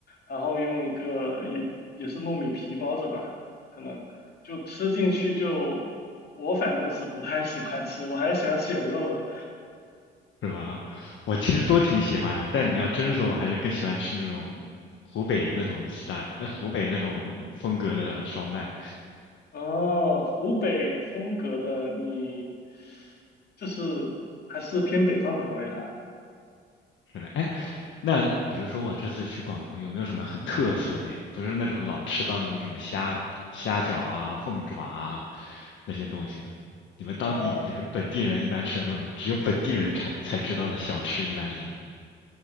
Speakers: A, on the left; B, on the left.
A: 然后用一个也也是糯米皮包着吧，可能就吃进去就我反正是不太喜欢吃，我还是喜欢吃有肉的。
B: 是吧？我其实都挺喜欢的，但你要真说，我还是更喜欢吃那种湖北那种 style，呃，湖北那种风格的烧麦。
A: 哦，湖北风格的你，就是还是偏北方口味哈。
B: 是的，哎，那比如说我这次去广东，有没有什么很特色的呀？不是那种老吃到那种什么虾虾饺啊、凤爪啊那些东西的。你们当地，
A: 哦，
B: 比如说本地人一般吃的那种，只有本地人才才知道的小吃，一般是什么？